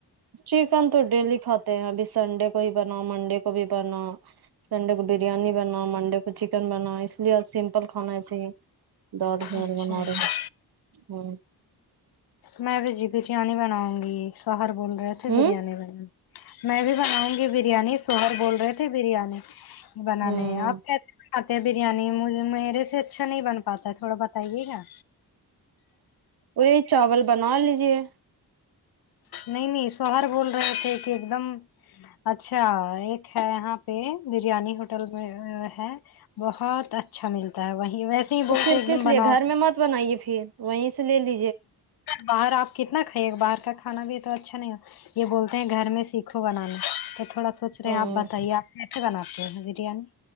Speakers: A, on the right; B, on the left.
A: چکن تو ڈیلی کھاتے ہیں ابھی سنڈے کو ہی بنا منڈے کو بھی بنا سنڈے کو بریانی بنا منڈے کو چکن بنا اس یا سمپل کھانا ایسے ہی دال چاول
B: اچھا
A: بنا رہے ہ
B: میں بھی جی بریانی بناؤں گی شوہر بول رہے تھے
A: ہوں
B: بریانی بن میں بھی بناؤں گی بریانی سوہر بول رہے تھے بریانی بنانے
A: ہوں
B: آپ کیسے کھاتے ہیں بریانی مجھے میرے سے اچھا نہیں بن پاتا تھوڑا بتائیے گا
A: وہ یہی چاول بنا لیجیے
B: نہیں نہیں شوہر بول رہے تھے کہ ایک دم اچھا ایک ہے یہاں پہ بریانی ہوٹل میں ہے بہت اچھا ملتا ہے وہی ویسے ہی بولتے
A: تو پھر
B: ایک
A: کس
B: دم
A: لیے
B: بناؤ
A: گھر میں مت بنائیے پھر وہیں سے لے لی
B: باہر آپ کتنا کھائیے گا باہر کا کھانا بھی تو اچھا نہیں ہو یہ بولتے ہیں گھر میں سیکھو بنانا تو تھوڑا سا سوچ رہے
A: ہوں
B: ہیں آپ بتائیے آپ کیسے بناتے ہیں بریانی